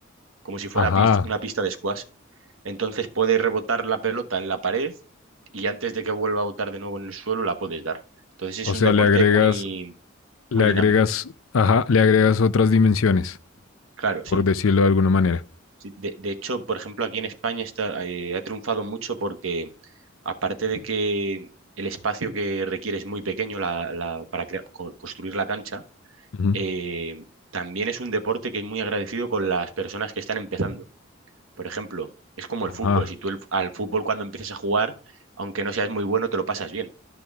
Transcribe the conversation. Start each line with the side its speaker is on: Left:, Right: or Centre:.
Right: como si fuera
Left: ajá.
Right: pis- una pista de squash. Entonces puedes rebotar la pelota en la pared y antes de que vuelva a botar de nuevo en el suelo la puedes dar. Entonces
Left: O
Right: es un
Left: sea,
Right: deporte
Left: le agregas,
Right: muy, muy
Left: le agregas,
Right: dinámico.
Left: ajá, le agregas otras dimensiones,
Right: Claro,
Left: por
Right: sí.
Left: decirlo de alguna manera.
Right: Sí, de, de hecho, por ejemplo, aquí en España está, eh, ha triunfado mucho porque, aparte de que el espacio que requiere es muy pequeño la- la- para crea- co- construir la cancha,
Left: Ujú.
Right: eh, también es un deporte que es muy agradecido con las personas que están empezando. Por ejemplo, es como
Left: Ajá,
Right: el fútbol. Si tú el- al fútbol cuando empiezas a jugar, aunque no seas muy bueno, te lo pasas bien.